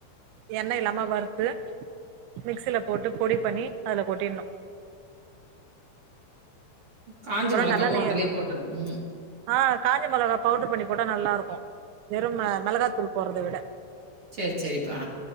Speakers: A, on the right; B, on the right.
A: எண்ணெய் இல்லாம வறுத்து மிக்ஸில போட்டு பொடி பண்ணி அதுல கொட்டிடணும்
B: காஞ்ச மிளகாவும்
A: நல்லெண்ணய
B: அதிலே போட்டுன்னும் ம்
A: ஆ காஞ்ச மிளகா பவுடர் பண்ணி போட்டால் நல்லாருக்கும் வெறும் மிளகாத்தூள் போடுறத விட
B: செர் செரிப்பா